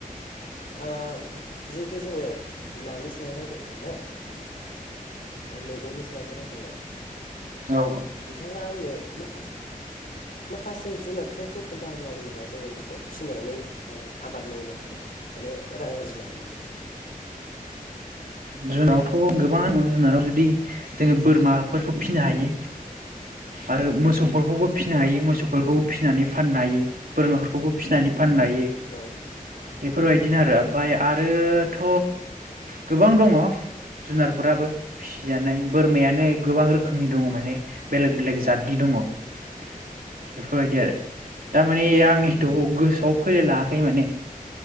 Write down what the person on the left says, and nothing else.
जिहेथु जोङो नानि सायाव रायलायबाय ना ओमफ्राय मैगंनि सायावबो राय फैबाय।
नोंथाङा आंनो मा माखासे जुनादफोरखौ खोन्थाहरनो हागोन नामा जोङो बेखौ फिसिनानै ओ आबाद मावनो हानाय माने रां आरजिनो हानाय?
औ
औ
औ
औ
औ